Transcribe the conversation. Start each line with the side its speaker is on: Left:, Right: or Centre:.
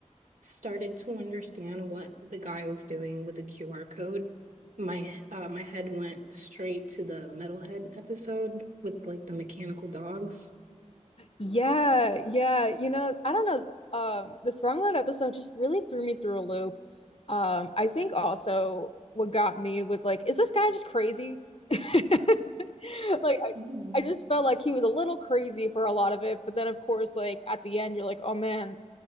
Right: started to understand what the guy was doing with the QR code, my uh my head went straight to the Metalhead episode with like the mechanical dogs.
Left: Yeah, yeah. You know, I don't know. Um, the Thrumlet episode just really threw me through a loop. Um, I think also what got me was like, is this guy just crazy? <laughs> Like, I,
Right: Mhm.
Left: I just felt like he was a little crazy for a lot of it, but then of course, like at the end, you're like, oh man,